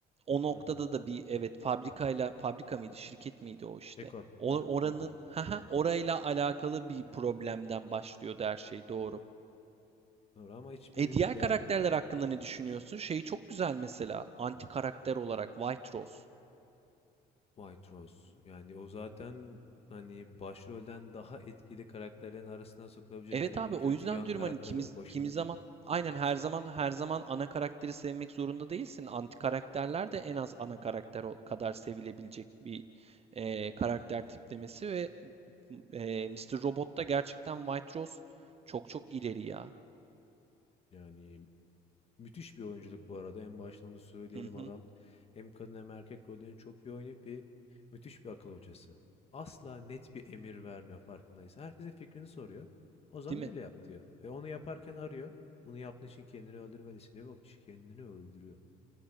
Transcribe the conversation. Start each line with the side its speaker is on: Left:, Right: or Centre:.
Right: o noktada
Left: hı hı,
Right: da bir evet fabrikayla fabrika mıydı şirket miydi o işte.
Left: E Corp,
Right: O,
Left: hı hı,
Right: oranın
Left: E Corp.
Right: ha ha orayla alakalı bir problemden başlıyordu her şey doğru.
Left: Doğru ama hiçbirinin
Right: E diğer
Left: derdi
Right: karakterler hakkında ne düşünüyorsun? Şeyi çok güzel mesela anti karakter olarak White Rose.
Left: White Rose. Yani o zaten hani başrolden daha etkili karakterlerin arasına sokulabilecek
Right: Evet
Left: hani
Right: abi
Left: bu
Right: o
Left: kötü
Right: yüzden
Left: yan
Right: diyorum
Left: karakterlerin
Right: hani kimi,
Left: başında
Right: kimi zaman
Left: geliyor.
Right: aynen her zaman her zaman ana karakteri sevmek zorunda değilsin. Anti karakterler de en az ana karakter ol- kadar sevilebilecek bir e, karakter tiplemesi ve e, Mr. Robot da gerçekten White Rose çok çok ileri ya.
Left: Yani müthiş bir oyunculuk bu arada. En başta onu söyleyelim
Right: Hı hı,
Left: adam. Hem kadın hem erkek rollerini çok iyi oynayıp bir müthiş bir akıl hocası. Asla net bir emir vermiyor farkındaysan. Herkesin fikrini soruyor. Ozan
Right: değil
Left: öyle
Right: mi?
Left: yap diyor. Ve onu yaparken arıyor. Bunu yaptığın için kendini öldürmelisin diyor. Ve o kişi kendini öldürüyor.